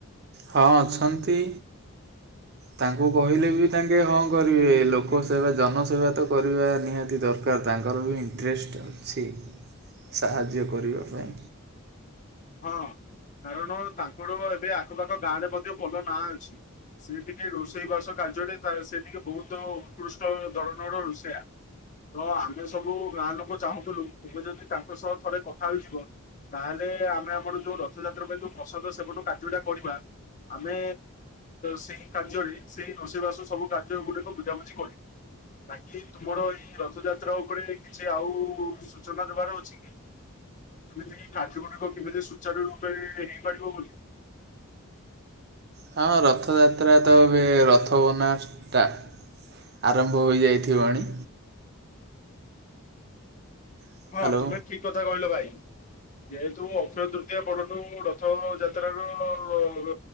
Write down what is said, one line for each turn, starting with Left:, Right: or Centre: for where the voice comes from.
Right: ହଁ ଅଛନ୍ତି।
Left: <inaudible>
Right: ତାଙ୍କୁ କହିଲେ ବି ତାଙ୍କେ ହଁ କରିବେ ଲୋକ ସେବା ଜନସେବା ତ କରିବା ନିହାତି ଦର କାର ତାଙ୍କର ବି ଇଣ୍ଟରେଷ୍ଟ ଅଛି ସାହାଯ୍ୟ କରିବା ପାଇଁ।
Left: ହଁ କାରଣ ତାଙ୍କର ଏବେ ଆଖପାଖ ଗାଁରେ ମଧ୍ୟ ଭଲ ନାଁ ଅଛି। ସିଏ ଟିକେ ରୋଷେଇବାସ କାର୍ଯ୍ୟଟେ କରେ ସେଲାଗି ବହୁତ ଉତ୍କୃଷ୍ଟ ଧରଣର ରୋଷେଇଆ। ତ ଆମେ ସବୁ ଗାଁ ଲୋକ ଚାହୁଁଥିଲୁ ତୁମେ ଯଦି ତାଙ୍କ ସହ ଥରେ କଥା ହେଇଯିବ ତାହେଲେ ଆମେ ଆମର ଯୋଉ ରଥଯାତ୍ରା ପାଇଁ ଯୋଉ ପ୍ରସଦ ସେବନ କାର୍ଯ୍ୟଟା କରିବା ଆମେ ସେହି କାର୍ଯ୍ୟରି ସେହି ରୋଷେଇବାସ ସବୁ କାର୍ଯ୍ୟ ଗୁଡ଼ିକ ବୁଝାବୁଝି କରି ବାକି ତୁମର ଇ ରଥଯାତ୍ରା ଉପରେ କିଛି ଆଉ ସୂଚନା ଦେବାର ଅଛି କି? ତମେ ଯେ କାର୍ଯ୍ୟ ଗୁଡିକ <unintelligible> ସୁଚରିୟ ରୂପେ ହେଇପାରିବ ବୋଲି।
Right: ହଁ ରଥଯାତ୍ରା ତ ଏବେ ରଥ ବନା ଷ୍ଟା ଆରମ୍ଭ ହୋଇଯାଇଥିବଣି। ହ୍ୟାଲୋ
Left: ହଁ ତୁମେ ଠିକ କଥା ରହିଲ ଭାଇ। ଯେହେତୁ ଅକ୍ଷୟ ତୃତୀୟ ପରଠୁ ରଥ ଯାତ୍ରାର ର ର